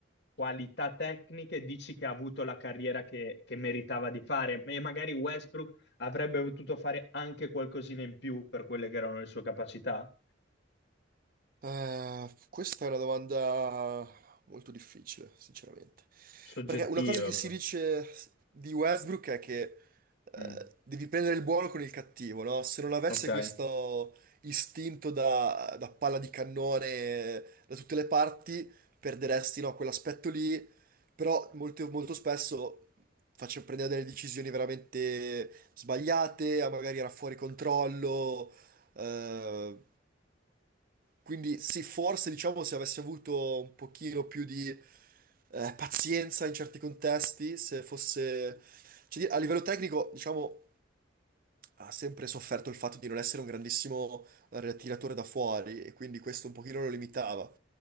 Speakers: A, on the left; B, on the right.
A: qualità tecniche dici che ha avuto la carriera che, che meritava di fare, e magari Westbrook avrebbe potuto fare anche qualcosina in più per quelle che erano le sue capacità
B: Eh, questa è una domanda molto difficile, sinceramente.
A: soggettive.
B: Perché una cosa che si
A: poi.
B: dice di Westbrook è che eh,
A: Mm,
B: devi prendere il buono con il cattivo, no? Se non avesse
A: ok.
B: questo istinto da, da palla di cannone eh, da tutte le parti, perderesti, no, quell'aspetto lì. Però molto, molto spesso faccio prendere delle decisioni veramente sbagliate, a magari era fuori controllo. eh, quindi sì, forse diciamo se avessi avuto un pochino più di eh, pazienza in certi contesti, se fosse... cioè, di- a livello tecnico, diciamo, ha sempre sofferto il fatto di non essere un grandissimo eh, tiratore da fuori e quindi questo un pochino lo limitava.